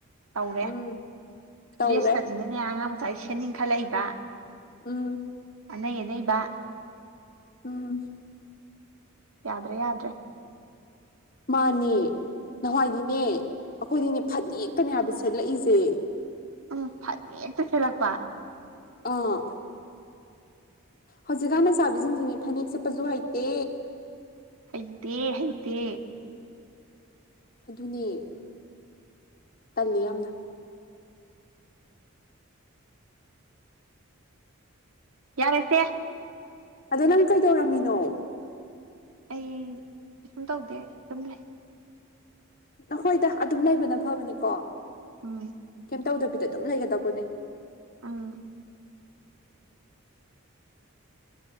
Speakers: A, on the right; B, on the left.
A: ꯇꯧꯔꯦ
B: ꯎꯝ ꯇꯧꯔꯦ
A: ꯗ꯭ꯔꯦꯁꯀꯁꯤꯅ ꯅꯦ ꯑꯉꯥꯡ ꯃꯆꯥꯥꯏ ꯁꯦꯠꯅꯤꯡꯈꯠꯂꯛꯏꯕ
B: ꯎꯝ
A: ꯅ ꯅꯩꯕ
B: ꯎꯝ
A: ꯌꯥꯗ꯭ꯔꯦ ꯌꯥꯗ꯭ꯔꯦ
B: ꯃꯥꯅꯦ ꯅꯍꯋꯥꯏꯗꯤꯅꯦ ꯑꯩꯈꯣꯏꯗꯤꯅꯦ ꯐꯅꯛꯇꯅꯦ ꯍꯥꯏꯕ ꯁꯦꯠꯂꯛꯏꯁꯦ
A: ꯎꯝ ꯐꯅꯦꯛ ꯍꯦꯛꯇ ꯁꯦꯠꯂꯛꯄ
B: ꯑꯥ ꯍꯧꯖꯤꯛꯀꯥꯟꯗ ꯆꯥꯕꯤꯁꯤꯡꯁꯤꯅꯤ ꯐꯅꯦꯛ ꯁꯦꯠꯄꯁꯨ ꯍꯩꯇꯦ
A: ꯍꯩꯇꯦ ꯍꯩꯇꯦ
B: ꯑꯗꯨꯅꯦ ꯇꯜꯂꯤ ꯌꯥꯝꯅ
A: ꯌꯥꯔꯦꯁꯦ
B: ꯑꯗꯣ ꯅꯪ ꯀꯩꯗꯧꯔꯝꯃꯤꯅꯣ
A: ꯑꯩ ꯀꯩꯁꯨꯝ ꯇꯧꯗꯦ ꯑꯗꯨꯝ ꯂꯩ
B: ꯅꯈꯣꯏꯗ ꯑꯗꯨꯝ ꯂꯩꯕꯅ ꯐꯕꯅꯤꯀꯣ
A: ꯎꯝ
B: ꯀꯩꯝ ꯇꯧꯗꯕꯤꯗ ꯑꯗꯨꯝ ꯂꯩꯒꯗꯧꯕꯅꯦ
A: ꯑꯝ